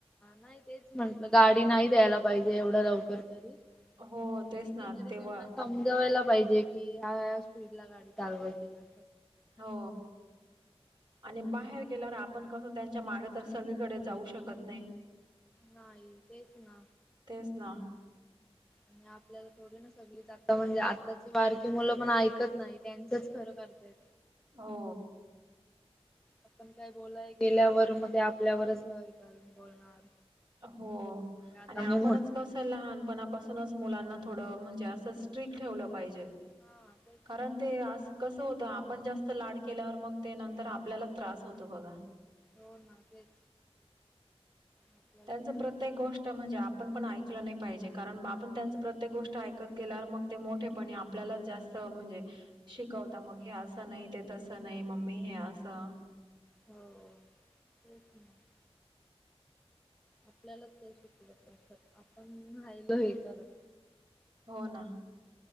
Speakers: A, in the centre; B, on the right (about 45°).
A: नाही तेच म्हंटलं गाडी नाही द्यायला. पाहिजे एवढं लवकर तरी,
B: हो
A: आणि
B: तेच
A: कतरी
B: ना तेव्हा
A: त्यांना समजवायला पाहिजे. कि हा स्पीड ला गाडी चालवायची का?
B: हो आणि बाहेर, केल्यावर आपण कस त्यांच्या मागे तर, सगळीकडे जाऊ शकत नाही.
A: नाही तेच ना
B: तेच ना
A: आणि आपल्याला थोडी न? सग आता म्हणजे आताची वारकी मुलं पण ऐकत नाही, त्यांचच खरं करताय.
B: हो,
A: आपण काय बोलाय गेल्यावर मग ते आपल्यावरच का बोलणार,
B: हो
A: आता
B: आणि आपणच
A: मी मोठ
B: कसं लहानपणापासूनच मुलांना थोडं म्हणजे असं स्ट्रीिक ठेवलं. पाहिजे
A: हा तेच
B: कारण
A: ना
B: ते असज कसं होतं आपण जास्त लाड केल्यावर, मग ते नंतर आपल्याला त्रास होतो बघा.
A: हो ना तेच, आपल्याला
B: त्यांच
A: त्रास
B: प्रत्येक गोष्ट म्हणजे, ण पण ऐकलं नाही, पाहिजे कारण आपण त्यांच प्रत्येक, गोष्ट ऐकत गेल्या मग ते मोठेपणे आपल्याला जास्त म्हणजे शिकवता, मग हे असं नाही ते तसं नाही मम्मी हे असं.
A: हो तेच, <unintelligible> आपल्यालाच ते शिकवत बसतात आपण राहिलो हे करत.
B: हो ना